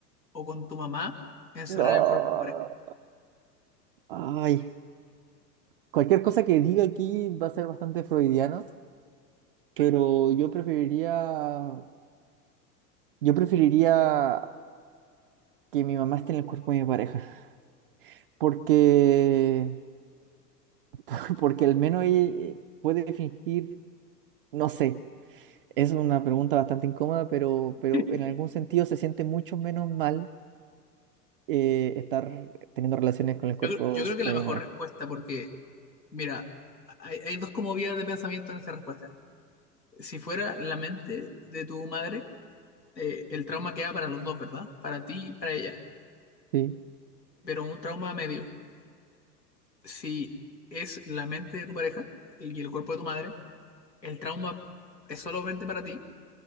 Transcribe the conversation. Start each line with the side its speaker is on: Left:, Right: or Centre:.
Left: o con tu mamá encerrada
Right: No.
Left: en el cuerpo de tu pareja?
Right: Ay, cualquier cosa que diga aquí va a ser bastante freudiano, pero yo preferiría, yo preferiría que mi mamá esté en el cuerpo de mi pareja, porque, <laughs> porque al menos ella puede fingir, no sé, es una pregunta bastante incómoda, pero, pero
Left: <laughs>
Right: en algún sentido se siente mucho menos mal eh, estar teniendo relaciones con el cuerpo
Left: Yo, creo- yo creo que
Right: de
Left: la mejor
Right: mi pareja.
Left: respuesta, porque, mira, hay, hay dos como vías de pensamiento en esa respuesta. Si fuera la mente de tu madre, eh, el trauma queda para los dos, ¿verdad? Para ti y para ella.
Right: Sí.
Left: Pero un trauma a medio. Si es la mente de tu pareja y el cuerpo de tu madre, el trauma es solamente para ti,